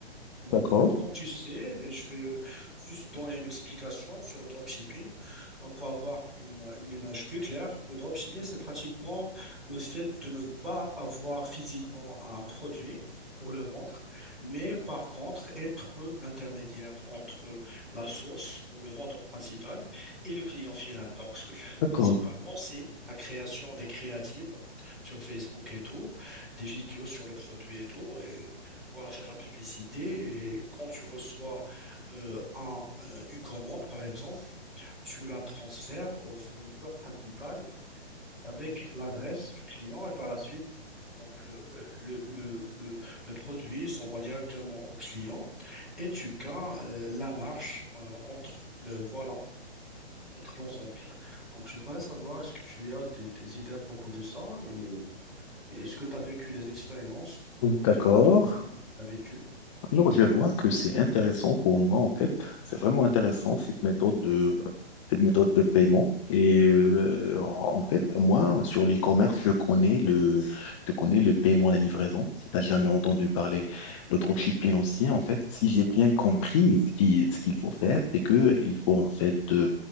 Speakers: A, in the centre; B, on the left (about 30°).
A: Donc,
B: D'accord,
A: comme tu sais, je vais juste donner une explication sur le dropshipping. Donc, pour avoir une, une image plus claire, le dropshipping, c'est pratiquement le fait de ne pas avoir physiquement un produit pour le vendre, mais par contre, être l'intermédiaire entre la source ou le vendeur principal et le client final. Donc, ce que je fais
B: d'accord,
A: principalement, c'est la création des créatives sur Facebook et tout, des vidéos sur le produit et tout. Et voilà, faire la publicité. Et quand tu reçois euh, un, euh, une commande, par exemple, tu la transfères au fournisseur principal avec l'adresse du client et par la suite, donc, euh, le, le, le, le produit s'envoie directement au client et tu gagnes euh, la marge euh, entre le, voilà, entre l'ensemble. Donc, je voudrais savoir, est-ce que tu as des, des idées à propos de ça et, et est-ce que tu as vécu des expériences euh, ou
B: d'accord.
A: bien un de tes amis l'a vécu?
B: Alors, je vois que c'est intéressant pour moi, en fait. C'est vraiment intéressant, cette méthode de, cette méthode de paiement. Et euh, en fait,
A: euh,
B: moi, sur l'e-commerce, je connais le, je connais le paiement à la livraison, si tu jamais entendu parler. Le dropshipping aussi, en fait, si j'ai bien compris, ce qui, ce qu'il faut faire, c'est que il faut, en fait, euh,